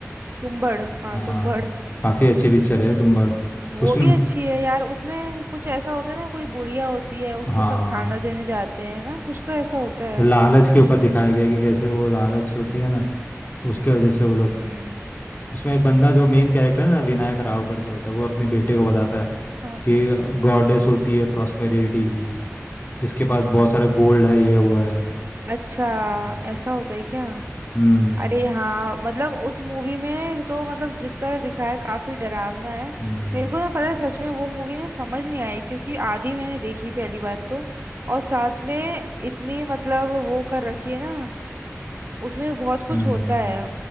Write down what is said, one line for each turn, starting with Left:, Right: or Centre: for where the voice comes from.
Right: तुम्बड़ हाँ
Left: हाँ
Right: तुम्बड़
Left: काफ़ी अच्छी पिक्चर है तुम्बड़
Right: वो
Left: उसमें
Right: भी अच्छी है यार उसमें कुछ ऐसा होता है ना कोई बुढ़िया होती है उसको
Left: हाँ
Right: सब खाना देने जाते हैं ना कुछ तो ऐसा होता है
Left: लालच के ऊपर दिखाया गया है कि कैसे वो लालच होती है ना उसके वजह से वो लोग
Right: हम्म
Left: उसमें एक बंदा जो मेन कैरेक्टर है ना विनायक राव करके होता है वो अपने बेटे को बताता है
Right: हाँ।
Left: कि गॉडेस होती है प्रॉस्पेरिटी की जिसके पास बहुत सारा गोल्ड है ये वो है
Right: अच्छा
Left: हम्म।
Right: ऐसा होता है क्या
Left: हम्म
Right: अरे हाँ मतलब उस मूवी में तो मतलब जिस तरह दिखाया है काफी डरावना है
Left: हम्म
Right: मेरे को ना पता है सच में वो मूवी ना समझ नहीं आई क्योंकि आधी मैंने देखी पहली बात तो और साथ में इतनी मतलब वो कर रखी है ना उसमें बहुत
Left: हम्म
Right: कुछ होता है